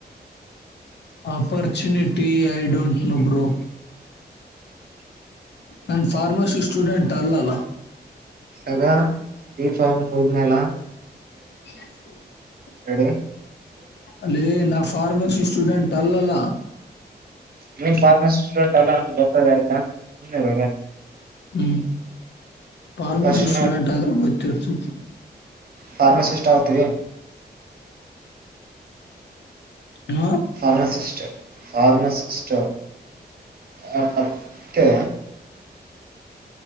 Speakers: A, on the left (about 80°); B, on the right (about 60°).
A: opportunity I don't know bro ನನ್ ಫಾರ್ಮಸಿ ಸ್ಟೂಡೆಂಟ್ ಅಲ್ಲಲ್ಲ
B: ಆಗ ಫಾರ್ಮ್ ಹೋದ್ಮೇಾಲ
A: <inaudible>
B: ಎರಡೇ
A: ಅಲ್ಲೇ ನಾ ಫಾರ್ಮಸಿ ಸ್ಟೂಡೆಂಟ್ ಅಲ್ಲಲ್ಲ.
B: ನೀನ್ ಫಾರ್ಮಸಿ ಸ್ಟೂಡೆಂಟ್ ಅಲ್ಲ ಅಂದ್ರು ಗೊತ್ತದೆ ಆಯ್ತಾ ಸುಮ್ ಇರಲ್ಲ.
A: ಹ್ಮ್ ಫಾರ್ಮಸಿ
B: ಫಸ್ಟ್
A: ಸ್ಟೂಡೆಂಟ್ ಆದ್ರೆ ಗೊತ್ತಿರ್ತತಿ.
B: ಫಾರ್ಮಸಿ ಅಷ್ಟ ಓದ್ತಿದಿ
A: ಹ
B: ಫಾರ್ಮಸಿಸ್ಟ್ ಫಾರ್ಮಸಿಸ್ಟ್ ಆ ಮತ್ತೆ